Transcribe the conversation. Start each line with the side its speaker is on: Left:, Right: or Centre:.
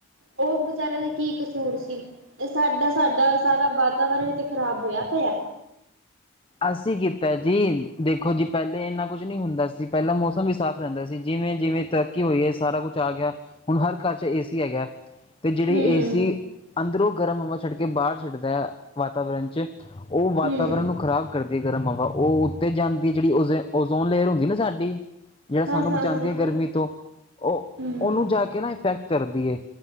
Right: ਓ ਵਿਚਾਰੇਆਂ ਦਾ ਕੀ ਕਸੂਰ ਸੀ। ਏ ਸਾਡਾ-ਸਾਡਾ ਸਾਰਾ ਵਾਤਾਵਰਨ ਤੇ ਖ਼ਰਾਬ ਹੋਏਆ ਪੇਆ।
Left: ਅਸੀਂ ਕੀਤਾ ਜੀ, ਦੇਖੋ ਜੀ ਪੇਲੇ ਏਨਾ ਕੁਝ ਨੀ ਹੁੰਦਾ ਸੀ ਪੇਲਾਂ ਮੌਸਮ ਵੀ ਸਾਫ਼ ਰੇਂਦਾ ਸੀ ਜਿਵੇਂ -ਜਿਵੇਂ ਤਰੱਕੀ ਹੋਈ ਹੈ ਸਾਰਾ ਕੁੱਛ ਆ ਗੇਆ, ਹੁਣ ਹਰ ਘਰ ਚ ਏ ਸੀ ਹੈਗਾ। ਤੇ ਜੇੜੀ
Right: ਹਮ
Left: ਏ ਸੀ ਅੰਦਰੋਂ ਗਰਮ ਹਵਾ ਛੱਡ ਕੇ ਬਾਰ ਛੱਡਦਾ ਵਾਤਾਵਰਨ 'ਚ ਓ ਵਾਤਾਵਰਨ
Right: ਹਮ
Left: ਨੂੰ ਖ਼ਰਾਬ ਕਰਦੀ ਗਰਮ ਹਵਾ। ਓ ਉੱਤੇ ਜਾਂਦੀ ਜੇੜੀ ਓਜ਼ੇ, ਓਜ਼ੇਨ ਲੇਅਰ ਹੁੰਦੀ ਨਾ ਸਾਡੀ ਜੇੜਾ
Right: ਹਾਂ
Left: ਸਾਨੂੰ
Right: ਹਾਂ
Left: ਬਚਾਂਦੀ
Right: ਹਾਂ
Left: ਏ
Right: ਹਾਂ
Left: ਗਰਮੀ ਤੋਂ ਓ,
Right: ਹਮ
Left: ਓਨੂੰ ਜਾ ਕੇ ਨਾ ਇਫੈਕਟ ਕਰਦੀ ਏ।